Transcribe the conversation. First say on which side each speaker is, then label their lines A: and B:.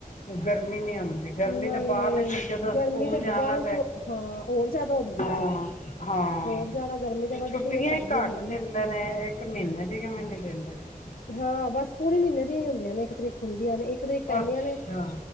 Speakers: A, on the left; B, on the left.
A: ਉਹ ਗਰਮੀ ਨਹੀਂ ਹੁੰਦੀ। ਗਰਮੀ
B: ਨਹੀਂ
A: ਤਾਂ ਬਾਅਦ
B: ਨਹੀਂ
A: ਵਿੱਚ ਵੀ ਜਦੋਂ
B: ਗਰਮੀ
A: ਸਕੂਲ
B: ਤਾਂ
A: ਜਾਣਾ
B: ਬਾਅਦ
A: ਤੇ
B: ਚ ਹਾਂ ਹੋਰ ਜਿਆਦਾ ਆਉਂਦੀ
A: ਹਾਂ
B: ਹੈ ਸਗੋਂ,
A: ਹਾਂ
B: ਹੋਰ ਜ਼ਿਆਦਾ ਗਰਮੀ ਤਾਂ
A: ਇਹ
B: ਵੱਧਦੀ
A: ਛੁੱਟੀਆਂ
B: ਹੈ ਘੱਟਦੀ
A: ਹੀ ਘੱਟ
B: ਥੋੜ੍ਹੀ
A: ਦਿੰਦੇ
B: ਆ।
A: ਨੇ ਇੱਕ ਮਹੀਨੇ ਦੀ ਕਿਵੇਂ ਨਹੀਂ ਦਿੰਦੇ ਫਿਰ
B: ਹਾਂ ਬਸ ਪੂਰੇ ਮਹੀਨੇ ਦੀਆਂ ਹੀ ਹੁੰਦੀਆਂ ਨੇ ਇੱਕ ਤਰੀਕ ਖੁੱਲਦੀਆਂ ਨੇ ਇੱਕ ਤਰੀਕ ਪਹਿੰਦੀਆਂ
A: ਅੱਛਾ
B: ਨੇ,